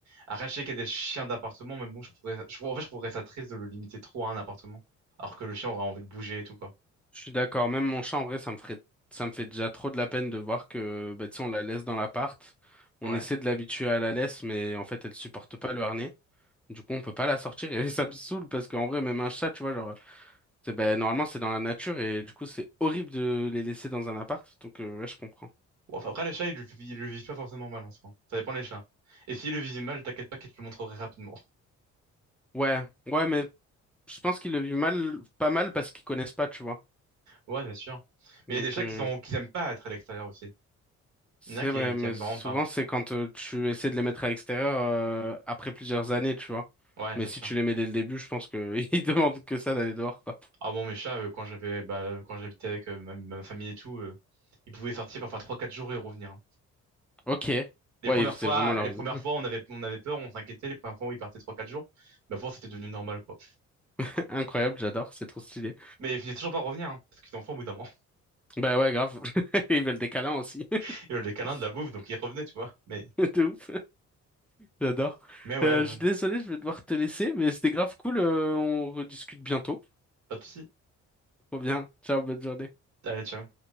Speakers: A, on the right; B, in the centre.
A: Arracher qu'il y a des chiens d'appartement, mais bon, je trouverais, ça- je, en fait, je trouverais ça triste de le limiter trop à un appartement, alors que le chien aurait envie de bouger et tout, quoi.
B: Je suis d'accord. Même mon chat, en vrai, ça me ferait, ça me fait déjà trop de la peine de voir que, bah, tu sais, on la laisse dans l'appart. On
A: Ouais.
B: essaie de l'habituer à la laisse, mais en fait, elle supporte pas le harnais. Du coup, on peut pas la sortir et <laughs> ça me saoule parce qu'en vrai, même un chat, tu vois, genre. C'est, ben, normalement, c'est dans la nature et du coup, c'est horrible de les laisser dans un appart. Donc, euh, ouais, je comprends.
A: Bon, enfin, après, les chats, ils, le- ils le vivent pas forcément mal en soi. Ça dépend des chats. Et s'ils le vivent mal, t'inquiète pas qu'ils te le montreraient rapidement. <laughs>
B: Ouais, ouais, mais je pense qu'ils le vivent mal, pas mal parce qu'ils connaissent pas, tu vois.
A: Ouais, c'est sûr. Mais
B: Donc,
A: il y a des chats
B: euh,
A: qui sont, qui aiment pas être à l'extérieur aussi.
B: c'est
A: Il y en a qui,
B: vrai,
A: qui
B: mais
A: aiment
B: souvent,
A: vraiment pas.
B: c'est quand euh, tu essaies de les mettre à l'extérieur euh, après plusieurs années, tu vois.
A: Ouais,
B: Mais
A: c'est
B: si
A: sûr.
B: tu les mets dès le début, je pense que <laughs> ils demandent que ça d'aller dehors, quoi.
A: Ah bon, mes chats, euh, quand j'avais, bah, quand j'habitais avec euh, ma, ma famille et tout, euh, ils pouvaient sortir parfois trois, quatre jours et revenir.
B: Ok.
A: Les
B: Ouais,
A: premières
B: ils faisaient
A: fois,
B: vraiment leur
A: les
B: vie.
A: premières fois, on avait, on avait peur, on s'inquiétait. Les premières fois où ils partaient trois quatre jours, bah, pour c'était devenu normal, quoi.
B: <laughs> Incroyable, j'adore, c'est trop stylé.
A: Mais ils finissaient toujours par revenir, hein, parce qu'ils ont faim au bout d'un moment.
B: Bah ouais, grave. <laughs> Ils veulent des câlins aussi. <laughs>
A: <laughs> Ils ont les câlins de la bouffe, donc ils revenaient, tu vois. Mais,
B: De ouf. J'adore.
A: mais ouais,
B: Euh,
A: je-
B: je suis désolé, je vais devoir te laisser, mais c'était grave cool. euh, on rediscute bientôt.
A: pas de soucis.
B: Trop bien. Ciao, bonne journée.
A: Allez, ciao.